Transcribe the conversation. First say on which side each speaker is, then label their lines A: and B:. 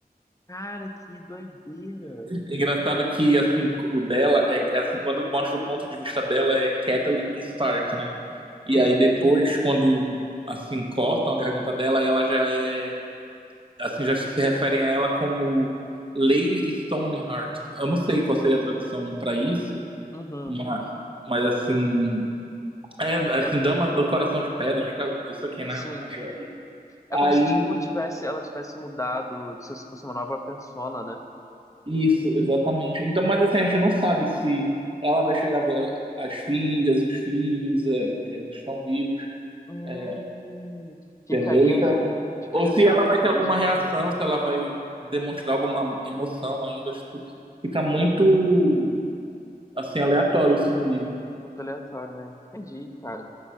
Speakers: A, on the left; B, on the right.
A: cara, que doideira.
B: É engraçado que assim, o dela é que, assim, quando mostra o ponto de vista dela é Kathleen Stark, né? E
A: Uhum,
B: aí depois, quando assim, cortam a garganta dela, aí ela já é assim, já se referem a ela como Lady Stoneheart. Eu não sei qual seria a tradução para isso,
A: uhum.
B: mas, mas assim, é, assim,
A: É,
B: dama do coração de pedra, acho que é isso aqui, né?
A: sim.
B: Acho é.
A: É
B: Aí
A: como se, tipo, tivesse, ela tivesse mudado, se fosse uma nova persona, né?
B: Isso, exatamente. Então, mas assim, a gente não sabe se ela vai chegar a ver as filhas, os filhos é, é, que estão vivos,
A: Hum,
B: é,
A: ficaria,
B: entendeu? Então,
A: ficaria
B: ou se
A: só
B: ela
A: depois,
B: vai ter alguma
A: né?
B: reação, se ela vai demonstrar alguma emoção ainda, tipo, fica muito, assim, aleatório isso no livro.
A: Muito aleatório, né? Entendi, cara.